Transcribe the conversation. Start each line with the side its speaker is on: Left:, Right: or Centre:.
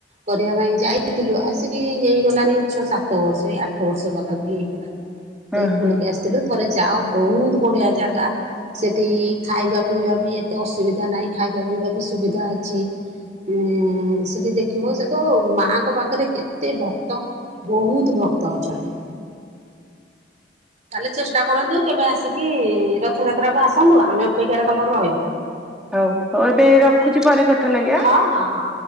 Right: କରିବା ପାଇଁ ଯାଇ ହେଇଥିଲୁ ଆସିକି ହେଇଗଲାନି ଛଅ ସାତ ବର୍ଷ ଏଇ ଆଠ ବର୍ଷ ପାଖି ହେଇଗଲାନଣି।
Centre: ହଁ
Right: ଦେଇକି
Centre: ହଁ
Right: ବୁଲିକି ଆସିଥିଲୁ ଥରେ ଯାଅ ବହୁତ ବଢିଆ ଜାଗା ସେଠି ଖାଇବା ପିଇବା ବି ଏତେ ଅସୁବିଧା ନାହିଁ ଖାଇବା ପିଇବା ବି ସୁବିଧା ଅଛି। ଉଁ ସେଠି ଦେଖିବ ସେ ତ ମା ଙ୍କ ପାଖରେ କେତେ ଭକ୍ତ ବହୁତ ଭକ୍ତ ଅଛନ୍ତି। ତାହେଲେ ଚେଷ୍ଟା କରନ୍ତୁ କେବେ ଆସିକି ରଥଯାତ୍ରାକୁ ଆସନ୍ତୁ ଆମେ ଅପେକ୍ଷାରେ ତମର ରହିଲୁ।
Centre: ହଉ ହଉ ଏବେ ରଖୁଛି ପରେ କଥା ଲଗଆ।
Right: ହଁ ହଁ ହଁ